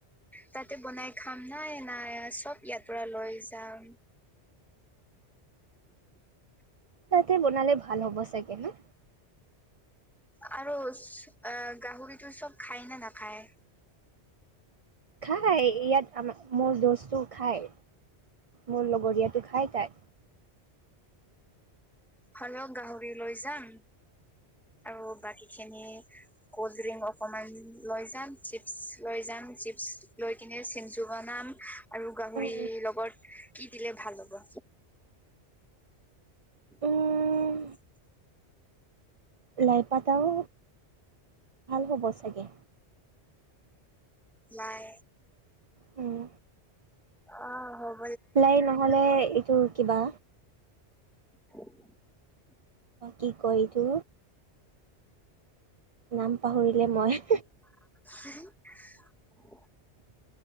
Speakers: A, in the centre; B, on the right.
A: তাতে বনাই খাম না নাই চব ইয়াৰ পৰা লৈ যাম? <inaudible>
B: তাতে বনালে ভাল হ'ব চাগে ন'?
A: আৰু আ গাহৰিটো চব খাই নে নাখাই?
B: খাই, ইয়াত আমাৰ মোৰ দোষ্টটো খায়। মোৰ লগৰীয়াতো খাই তাই।
A: হ'লেও গাহৰি লৈ যাম আৰু বাকীখিনি কল্ড ড্ৰিংক অকণমান লৈ যাম, চিপছ লৈ যাম, চিপছ লৈ কিনি চিনজো বনাম, আৰু গাহৰি
B: উম
A: লগত কি দিলে ভাল হ'ব? <inaudible>
B: উম উম কেইবাটাও হ'ব চাগে।
A: লাই
B: উম।
A: অহ, হ
B: লাই নহ'লে, এইটো কিবা
A: <inaudible>
B: কি কয় এইটো নাম পাহৰিলে মই
A: <inaudible>